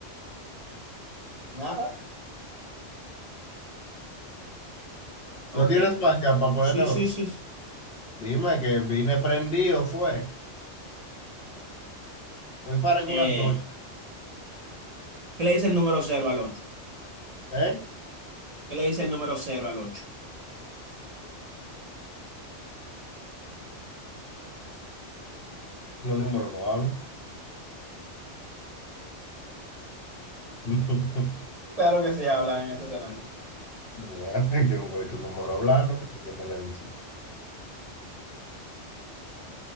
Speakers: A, on the right; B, on the left.
A: Nada. Ok.
B: No tienes marca para ponerte
A: Sí,
B: otro.
A: sí, sí.
B: Dime que vine prendido, fue. Hoy parezco
A: Eh,
B: una antorcha,
A: ¿qué le dice el número cero al ocho?
B: ¿eh?
A: ¿Qué le dice el número cero al ocho?
B: Los números no hablan. <laughs>
A: Claro que se habla en este escenario.
B: Bueno, yo nunca oí tu número hablando. ¿Qué, qué- qué le dicen?